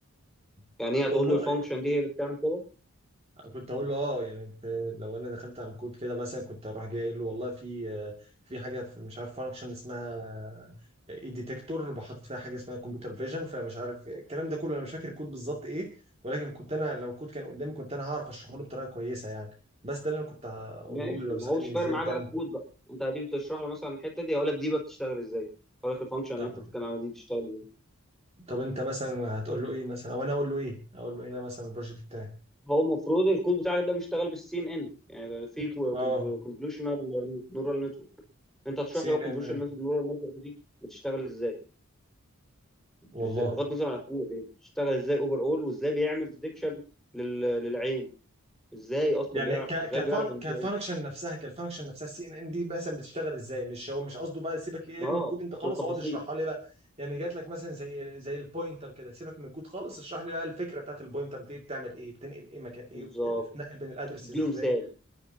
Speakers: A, on the right (about 25°); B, in the centre.
A: <laughs>
B: يعني ايه
A: والله
B: هتقول له الفانكشن دي هي اللي بتعمل كده
A: كنت اقول له اه يعني كنت- لو انا دخلت على الكود كده مثلا كنت اروح جاي اقول له والله في آه، في حاجه في مش عارف فانكشن اسمها اي ديتكتور بحط فيها حاجه اسمها كمبيوتر فيجن فمش عارف الكلام ده كله انا مش فاكر الكود بالظبط ايه ولكن كنت انا لو الكود كان قدامي كنت انا هعرف اشرحه له بطريقه كويسه يعني بس ده اللي انا كنت هقوله
B: ماشي
A: له لو
B: ما
A: سالني
B: هو مش فارق
A: ازاي
B: معاه
A: بتعمل
B: بقى الكود بقى انت هتيجي تشرح له مثلا الحته دي هيقول لك دي بقى بتشتغل ازاي هقول لك الفانكشن
A: طب
B: اللي انت بتتكلم عنها دي بتشتغل ازاي
A: طب انت مثلا هتقول له ايه مثلا او انا اقول له ايه اقول له ايه انا مثلا البروجكت بتاعي
B: هو المفروض الكود بتاعك ده بيشتغل بالسي ان ان يعني في
A: اه
B: كونفولوشنال نورال نتورك انت هتشرح
A: سي
B: لي بقى
A: ان
B: كونفولوشنال
A: ان
B: نورال نتورك دي بتشتغل ازاي
A: والله
B: ازاي- بغض النظر عن الكود يعني بتشتغل ازاي اوفر اول وازاي بيعمل ديتكشن للعين ازاي اصلا
A: يعني
B: بيعرف
A: ك
B: ازاي
A: كفان
B: بيعرف ان
A: كفانكشن
B: دي عين
A: نفسها كالفانكشن نفسها السي ان ان دي مثلا بتشتغل ازاي مش هو مش قصده بقى سيبك ايه ارمي
B: اه
A: الكود انت
B: بالتفاصيل
A: خالص اقعد اشرحها لي بقى يعني جات لك مثلا زي زي البوينتر كده سيبك من الكود خالص اشرح لي بقى الفكره بتاعت البوينتر دي بتعمل ايه بتنقل ايه مكان ايه
B: بالظبط
A: وبت- بتتنقل بين الادرسز
B: تديله
A: ازاي
B: مثال